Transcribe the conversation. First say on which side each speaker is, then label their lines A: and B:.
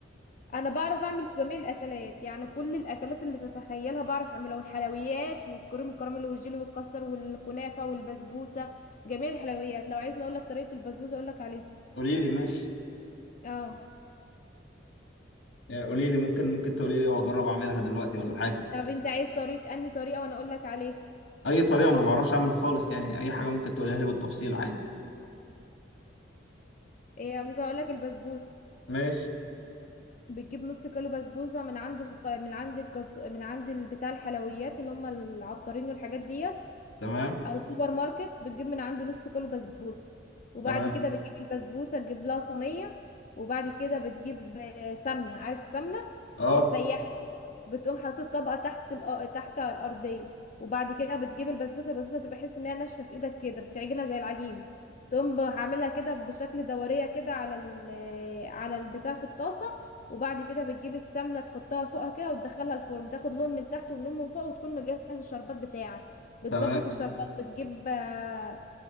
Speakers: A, on the left; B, on the left.
A: انا بعرف اعمل جميع الاكلات يعني كل الاكلات اللي تتخيلها بعرف اعملها والحلويات والكريم الكراميل والجيلي والكاستر والكنافه والبسبوسه جميع الحلويات لو عايزني اقول لك طريقه البسبوسه اقول لك عليها
B: قولي لي ماشي
A: اه
B: يعني قولي لي ممكن ممكن تقولي لي واجرب اعملها دلوقتي ولا حاجه
A: طب انت عايز طريقه انهي طريقه وانا اقول لك عليه
B: اي طريقه انا ما بعرفش اعمل خالص يعني اي حاجه ممكن تقوليها لي بالتفصيل عادي
A: إيه ممكن اقول لك البسبوسه
B: ماشي
A: بتجيب نص كيلو بسبوسه من عند الخ... من عند الجز... من عند بتاع الحلويات اللي هم العطارين والحاجات دي
B: تمام
A: او سوبر ماركت بتجيب من عنده نص كيلو بسبوسه وبعد
B: تمام
A: كده بتجيب البسبوسه تجيب لها صينيه وبعد كده بتجيب آه، سمنه عارف السمنه
B: اه
A: بتسيح بتقوم حاطط الطبقه تحت الأ- تحت الارضيه وبعد كده بتجيب البسبوسه البسبوسه بتبقى حس انها ناشفه في ايدك كده بتعجنها زي العجين تقوم عاملها كده بشكل دوريه كده على ال على البتاع في الطاسه وبعد كده بتجيب السمنه تحطها فوقها كده وتدخلها الفرن تاخد لون من تحت ولون من فوق وتكون مجهز الشربات بتاعك بتظبط
B: تمام
A: الشربات بتجيب آه،